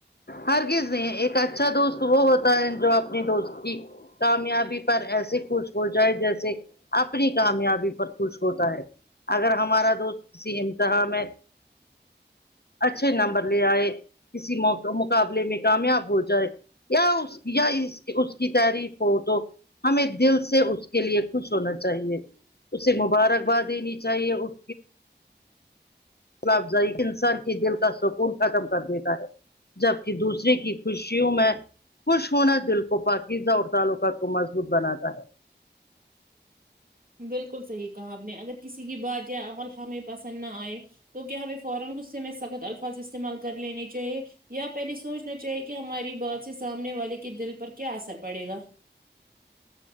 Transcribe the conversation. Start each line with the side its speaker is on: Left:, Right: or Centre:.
Left: ہرگز نہیں ایک اچھا دوست وہ ہوتا ہے جو اپنی دوست کی کامیابی پر ایسے خوش ہو جائے جیسے اپنی کامیابی پر خوش ہوتا ہے اگر ہمارا دوست کسی امتحاں میں اچھے نمبر لے آئے کسی موقع مقابلے میں کامیاب ہو جائے یا اس یا اس کی تعریف ہو تو ہمیں دل سے اس کے لیے خوش ہونا چاہیے اس سے مبارک باد دینی چاہیے اس ہوسلا افزائی انسان کے دل کا سکون ختم کر دیتا ہے جبکہ دوسرے کی خوشیوں میں خوش ہونا دل کو پاکیزہ اور تعلقات کو مضبوط بناتا ہے
Right: بالکل صحیح کہا آپ نے اگر کسی کی بات یا عمل ہمیں پسند نہ آئے تو کیا ہمیں فورا غصہ میں سخت الفاظ استعمال کر لینے چاہے یا پہلے سوچنا چاہیے کہ ہماری بات سے سامنے والے کے دل پر کیا اثر پڑے گا